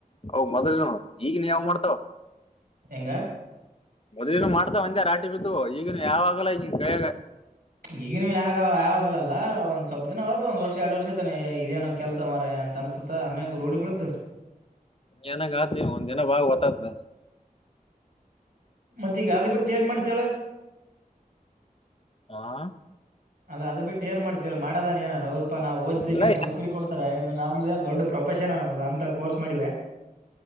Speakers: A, on the left; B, on the right.
A: ಅವ ಮೊದಲನೇವ ಈಗನ್ಯಾವ್ ಯಾವ್ ಮಾಡ್ತವ್
B: ಹೆಂಗ
A: ಮೊದ್ಲನೆವ್ ಮಾಡ್ತಾವ್ ಅಂದೆ ರಾಟಿ ಬಿದ್ದವ ಈಗೆನವ ಯಾವಾಗಲ್ಲ ಈಗಿನ್ ಕೈಯಾಗ
B: ಈಗಿನವ ಯಾಗ ಯಾವ ಯಾವಾಗಲ್ಲ ಅಲ್ಲ ಒಂದ ಸ್ವಪ್ ದಿನ ಹೊತ ಒಂದ್ ವರ್ಷ ಎರಡ್ ವರ್ಷ ತೆ ಇದೇನ್ ಕೆಲ ಸ ಮಾರಾಯ ಅಂತ ಅನ್ಸತ್ತತ ಆಮ್ಯಾಗ ರೂಢಿ ಬಿಳ್ತೂತ
A: ಏನಾಗ ಆತ ಒಂದ್ ಜನ ಬಾ ಗೊತ್ತತ್ತಂ
B: ಮತ್ತಿ ಈಗ ಅದ್ ಬಿಟ್ಟು ಏನ್ ಮಾಡ್ತೇಳ್
A: ಹಾ
B: ಅಲ್ಲ ಅದು ಬಿಟ್ಟ ಏನೂ ಮಾಡತಿ ಹೇಳು ಮಾಡದನ ಏನೂ ಅದು ಹೌದ್ ಪಾ ನಾ ಓದಿ ಇದಕ್ಕೆ
A: ಎಲ್ಲ
B: ನೌಕರಿ ಕೊಡ್ತಾರೆ ನಮ್ದು ಏನ್ ದೊಡ್ ಪ್ರೊಫೆಷನ್ ನಮ್ದು ಅಂತ ಕೋರ್ಸ್ ಮಾಡಿವೆ.